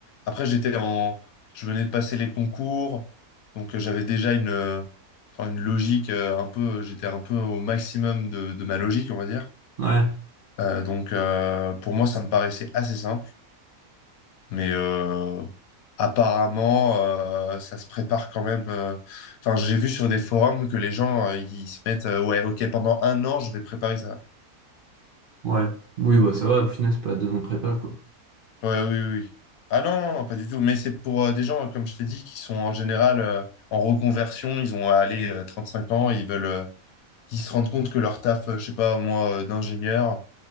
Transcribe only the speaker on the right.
Ouais,
ouais. Oui, bah ça va, au final, c'est pas deux ans de prépa, quoi.